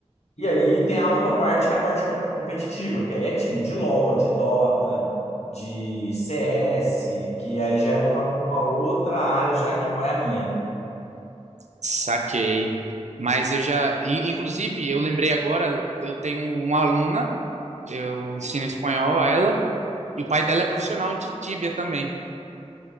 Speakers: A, on the left; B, on the right.
A: E aí tem a outra parte que é a parte com- competitiva, que aí é time de LoL, de Dota, de CS, que aí já é voltado para uma outra área já que não é a minha.
B: saquei. Mas eu já, i- inclusive, eu lembrei agora, eu tenho uma aluna Eu ensino espanhol a ela. E o pai dela é profissional de tíbia também.